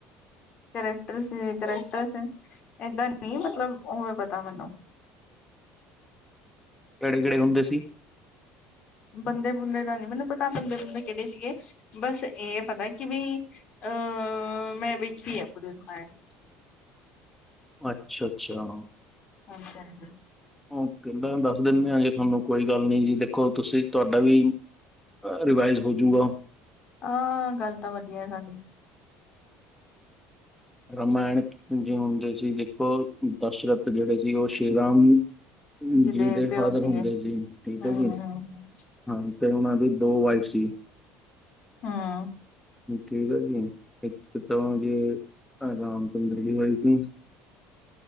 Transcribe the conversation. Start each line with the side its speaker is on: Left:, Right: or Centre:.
Left: ਕਰੈਕਟਰਸ-ਕਰੈਕਟਰਸ-ਏਦਾਂ ਨਹੀਂ, ਮਤਲਬ ਉਹਵੇ ਬਤਾ ਮੈਨੂੰ।
Centre: ਕਿਹੜੇ-ਕਿਹੜੇ ਹੁੰਦੇ ਸੀ?
Left: ਬੰਦੇ-ਬੰਦੇ ਦਾ ਨੀ ਮੈਨੂੰ ਪਤਾ, ਬੰਦੇ-ਬੰਦੇ ਕਿਹੜੇ ਸੀਗੇ ਬਸ ਇਹ ਪਤਾ ਕਿ ਵੀ ਅਹ, ਮੈਂ ਵੇਖੀ ਆ ਰਾਮਾਇਣ।
Centre: ਅੱਛਾ-ਅੱਛਾ।
Left: ਹਮ-ਹਮ, ਹਮ।
Centre: ਓ ਕਹਿੰਦਾ ਦੱਸ ਦਿੰਦੇ ਆਾਂ ਜੀ ਤੁਹਾਨੂੰ, ਕੋਈ ਗੱਲ ਨੀ ਜੀ ਦੇਖੋ ਤੁਸੀਂ ਤੁਹਾਡਾ ਵੀ ਰਿਵਾਈਜ਼ ਹੋਜੂਗਾ।
Left: ਹਾਂ, ਗੱਲ ਤਾਂ ਵਧੀਆ ਹ ਤੁਹਾਡੀ।
Centre: ਰਮਾਇਣ 'ਜ ਹੁੰਦੇ ਸੀ। ਦੇਖੋ ਦਸ਼ਰਥ ਜਿਹੜੇ ਸੀ ਉਹ ਸ਼੍ਰੀ ਰਾਮ
Left: ਜਿਹਦੇ
Centre: ਜੀ ਦੇ
Left: ਪਿਓ
Centre: ਫਾਦਰ
Left: ਸੀਗੇ
Centre: ਹੁੰਦੇ ਸੀ, ਠੀਕ
Left: ਹਮ
Centre: ਹੈ ਜੀ। ਹਾਂ, ਤੇ ਉਹਨਾਂ ਦੀ ਦੋ ਵਾਈਫ ਸੀ।
Left: ਹਾਂ।
Centre: ਠੀਕ ਆ ਜੀ, ਇੱਕ ਤਾ ਜੇ ਰਾਮ ਚੰਦਰ ਜ ਹੈਈ ਸੀ।